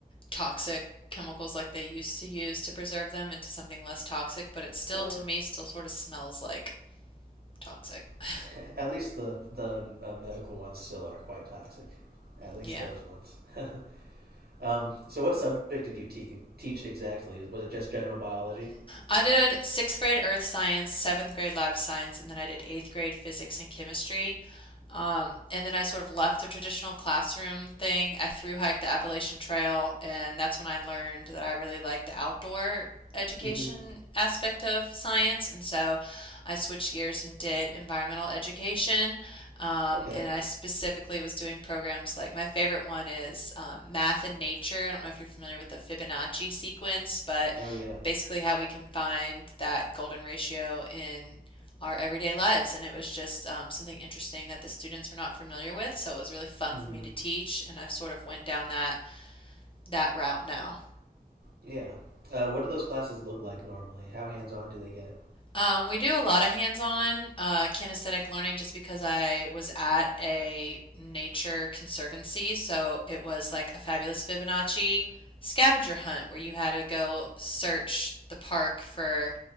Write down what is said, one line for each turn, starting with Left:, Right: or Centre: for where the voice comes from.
Left: toxic chemicals like they used to use to preserve them into something less toxic, but it still
Right: Well,
Left: to me still sort of smells like toxic. <laughs>
Right: <laughs> at least the the uh, medical ones still are quite toxic. At least
Left: Yeah.
Right: those ones. <laughs> um, so, what subject did you te- teach exactly? Was it just general biology?
Left: I did sixth grade earth science, seventh grade life science, and then I did eighth grade physics and chemistry. Um, and then I sort of left the traditional classroom thing. I thru hiked the Appalachian Trail, and that's when I learned that I really liked the outdoor education
Right: Mm-hmm.
Left: aspect of science. And so I switched gears and did environmental education. Um,
Right: Okay.
Left: and I specifically was doing programs like my favorite one is um, math and nature. I don't know if you're familiar with the Fibonacci sequence, but
Right: Oh yeah.
Left: basically how we can find that golden ratio in our everyday lives. And it was just um, something interesting that the students were not familiar with. So it was really fun
Right: hmm
Left: for me to teach, and I've sort of went down that that route now.
Right: Yeah. Uh, what do those classes look like normally? How hands on do they get?
Left: Um, we do a lot of hands-on uh, kinesthetic learning just because I was at a nature conservancy, so it was like a fabulous Fibonacci scavenger hunt where you had to go search the park for